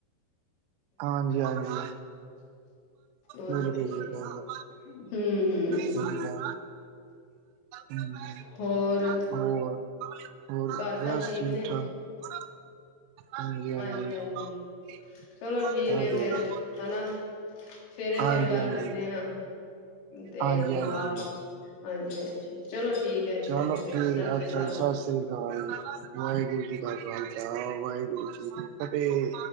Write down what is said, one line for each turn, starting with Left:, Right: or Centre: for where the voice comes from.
Right: ਹਾਂਜੀ ਹਾਂਜੀ,
Left: ਔ
Right: ਬਿਲਕੁਲ
Left: ਤੇ ਹੈ
Right: ਬਿਲਕੁਲ।
Left: ਈਏ ਹਮ ਹਮ,
Right: ਸਹੀ ਗੱਲ ਹੂੰ।
Left: ਹੋਰ।
Right: ਹੋਰ, ਹੋਰ
Left: ਘਰ ਸਭ
Right: ਬਸ
Left: ਠੀਕ ਨੇ?
Right: ਠਾਕ। ਹਾਂਜੀ, ਹਾਂਜੀ।
Left: ਹਾਂਜੀ-ਹਾਂਜੀ,
Right: ਇਹ
Left: ਚਲੋ ਠੀਕ
Right: ਤੇ ਹੈ
Left: ਏ
Right: ਜੀ,
Left: ਫੇਰ ਹੈਨਾ। ਸਵੇਰੇ
Right: ਹਾਂਜੀ,
Left: ਫੇਰ ਗੱਲ
Right: ਹਾਂਜੀ।
Left: ਕਰਨੇ ਆ ਤੇ
Right: ਹਾਂਜੀ, ਹਾਂਜੀ
Left: ਆ ਹਾਂਜੀ-ਹਾਂਜੀ ਚਲੋ ਠੀਕ। ਹੈ ਅੱਛਾ
Right: ਚਲੋ
Left: ਜੀ ਫਿਰ
Right: ਠੀਕ
Left: ਸਤਿ ਸ੍ਰੀ
Right: ਅੱਛਾ
Left: ਅਕਾਲ।
Right: ਜੀ ਸਤ ਸ੍ਰੀ ਸ਼੍ਰੀ ਅਕਾਲ। ਵਾਹਿਗੁਰੂ ਜੀ ਕਾ ਖਾਲਸਾ ਵਾਹਿਗੁਰੂ ਜੀ ਕੀ ਫਤਿਹ।